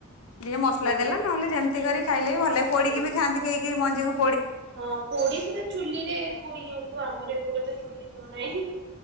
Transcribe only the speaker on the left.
ଯିଏ ମସଲା
ଦେଲା ନହେଲେ ଯେମିତି କରି ଖାଇଲେ ବି ଭଲ ଲାଗେ ପୋଡିକି
ବି ଖାଆନ୍ତି କେହି ଏ ମଞ୍ଚେଉ